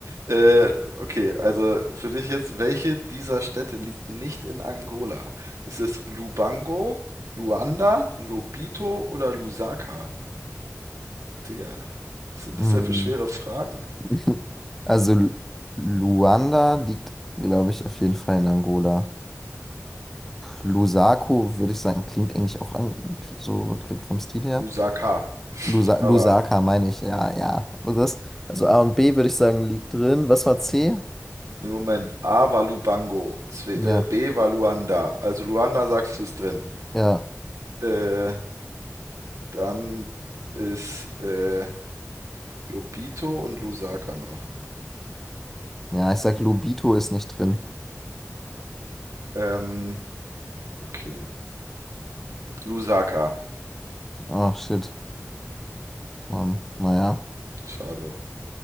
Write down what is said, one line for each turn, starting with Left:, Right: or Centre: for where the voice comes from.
Right: Äh, okay, also für dich jetzt, welche dieser Städte liegt nicht in Angola? Ist es Lubango, Luanda, Lobito oder Lusaka? Digga, was sind
Centre: Hm.
Right: das denn für schwere Fragen?
Centre: <laughs> Also Lu- Luanda liegt, glaube ich, auf jeden Fall in Angola. Lusako, würde ich sagen, klingt eigentlich auch an, so so klingt vom Stil her.
Right: Lusaka,
Centre: Lusa
Right: aber
Centre: Lusaka meine ich, ja, ja. Also, das, also A und B würde ich sagen, liegt drin. Was war C?
Right: im Moment, A war Lubango, zwe-
Centre: Ja,
Right: äh, B war Luanda, also Luanda sagst du ist drin.
Centre: ja,
Right: Äh, dann ist äh, Lobito und Lusaka noch.
Centre: ja, ich sag, Lobito ist nicht drin.
Right: Ähm, okay, Lusaka.
Centre: Ach, shit. Mann, naja.
Right: Schade.